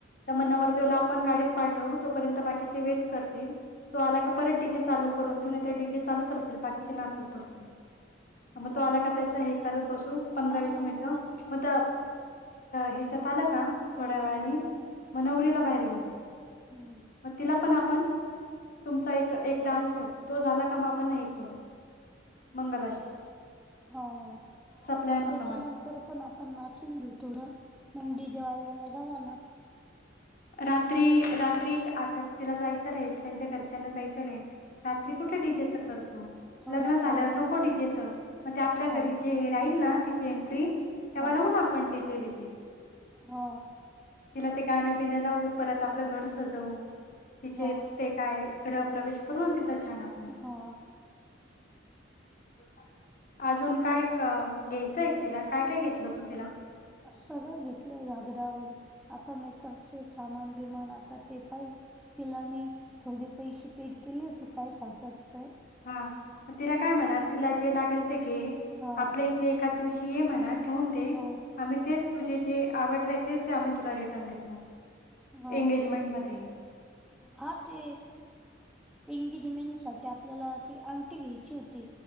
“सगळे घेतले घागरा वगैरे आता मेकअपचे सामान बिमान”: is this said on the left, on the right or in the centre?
Centre